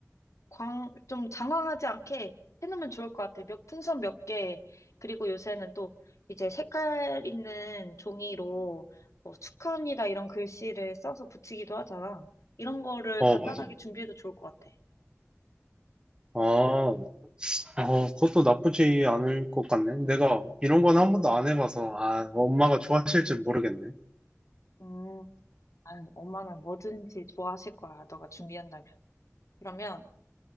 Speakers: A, on the left; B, on the right.
A: 광, 좀 장황하지 않게 해놓으면 좋을 것 같아요. 몇, 풍선 몇 개, 그리고 요새는 또 이제 색깔 있는 종이로 뭐 축하합니다 이런 글씨를 써서 붙이기도 하잖아. 이런 거를
B: 어,
A: 간단하게
B: 맞아.
A: 준비해도 좋을 것 같아.
B: 아, 어, 그것도 나쁘지 않을 것 같네. 내가 이런 건 한 번도 안 해봐서, 아, 엄마가 좋아하실지 모르겠네.
A: 음, 아니, 엄마는 뭐든지 좋아하실 거야, 너가 준비한다면. 그러면